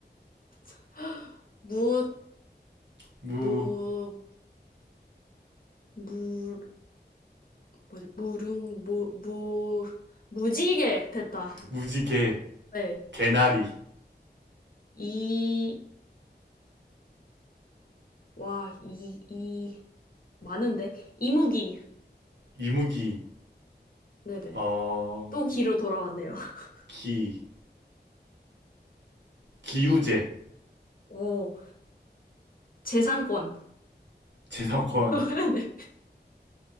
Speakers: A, on the left (about 55°); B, on the right (about 85°).
A: <gasps> 무,
B: 무,
A: 무, 무, 뭐지, 무릉, 무, 무, 무지개. 됐다.
B: 무지개,
A: 네.
B: 개나리,
A: 이, 와, 이, 이, 많은데? 이무기.
B: 이무기,
A: 네네.
B: 어,
A: 또 기로 돌아왔네요. <laughs>
B: 기, 기우제,
A: 오, 재산권.
B: 재성권,
A: <laughs> 네.